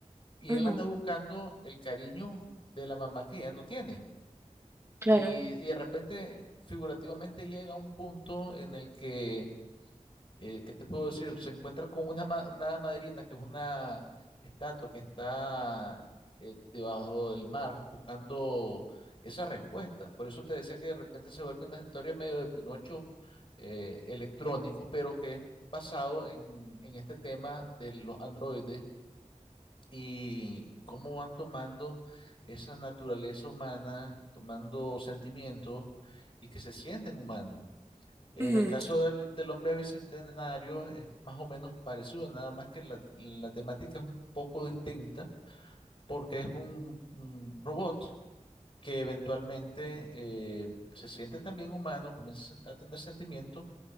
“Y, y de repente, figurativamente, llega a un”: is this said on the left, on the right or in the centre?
Left